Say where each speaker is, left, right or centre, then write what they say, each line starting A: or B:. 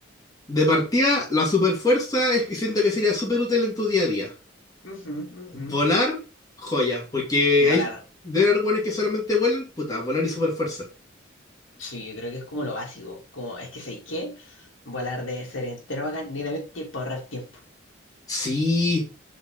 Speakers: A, on the left; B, on the left.
A: De partida, la superfuerza es que siento que sería súper útil en tu día a día.
B: Ujú, ujú.
A: Volar, joya, porque hay
B: Volar.
A: de algunos que solamente vuelan, puta, volar y super fuerza.
B: Sí, yo creo que es como lo básico. Como, es que sé qué. Volar debe ser entero bacán, netamente para ahorrar tiempo.
A: Sí,